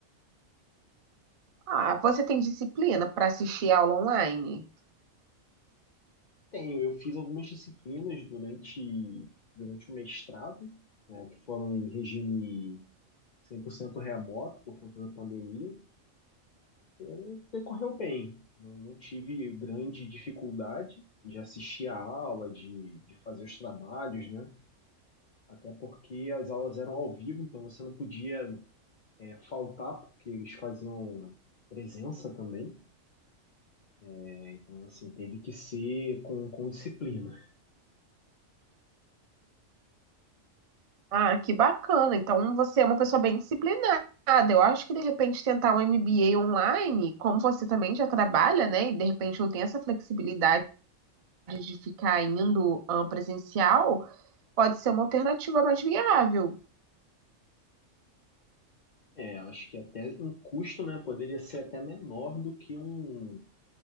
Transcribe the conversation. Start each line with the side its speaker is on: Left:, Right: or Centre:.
Right: Ah, você tem disciplina para assistir aula online?
Left: Tenho, eu fiz algumas disciplinas durante, durante o mestrado, né, que foram em regime 100% remoto por conta da pandemia, eh, decorreu bem. Não, não tive grande dificuldade de assistir a aula, de, de fazer os trabalhos, né? Até porque as aulas eram ao vivo, então você não podia eh, faltar, porque eles faziam presença também. né? Então, assim, teve que ser com, com disciplina.
Right: Ah, que bacana. Então você é uma pessoa bem disciplinada. Eu acho que de repente tentar um MBA online, como você também já trabalha, né? E de repente não tem essa flexibilidade de ficar indo ah, presencial, pode ser uma alternativa mais viável.
Left: É, eu acho que até um custo, né, poderia ser até menor do que um,